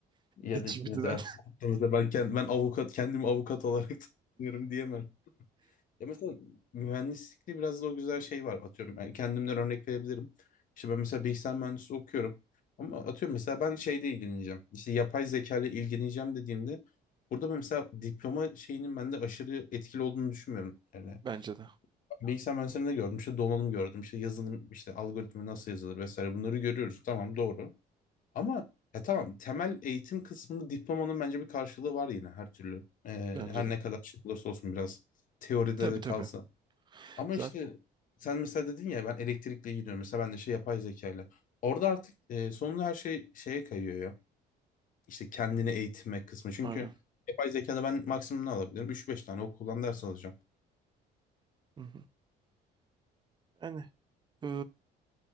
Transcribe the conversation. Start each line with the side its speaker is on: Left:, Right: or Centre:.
Left: Ya
Right: ChatGPT'den.
Left: da işte mesela, hukukta mesela ben, kendim, ben avukat kendimi avukat olarak <laughs> tanıyorum diyemez. Ya mesela mühendislikte biraz da o güzel şey var. Atıyorum ben kendimden örnek verebilirim. İşte ben mesela bilgisayar mühendisliği okuyorum. Ama atıyorum mesela ben şeyle ilgileneceğim. İşte yapay zeka ile ilgileneceğim dediğimde burada ben mesela diploma şeyinin bende aşırı etkili olduğunu düşünmüyorum. Yani
Right: <laughs> Bence de.
Left: bilgisayar mühendisliğinde gördüm? işte donanım gördüm. işte yazılım, işte algoritma nasıl yazılır vesaire bunları görüyoruz. Tamam doğru. Ama e tamam temel eğitim kısmında diplomanın bence bir karşılığı var yine her türlü. E,
Right: Bence
Left: her
Right: de.
Left: ne kadar şey olursa olsun biraz teoride
Right: Tabii
Left: de
Right: tabii.
Left: kalsa. Ama
Right: Zaten
Left: işte sen mesela dedin ya ben elektrikle gidiyorum. Mesela ben de şey yapay zekayla. Orada artık e, sonunda her şey şeye kayıyor ya. İşte kendini eğitme kısmı. Çünkü
Right: aynen.
Left: yapay zekada ben maksimum ne alabilirim? üç beş tane okuldan ders alacağım.
Right: Hı hı. Yani e,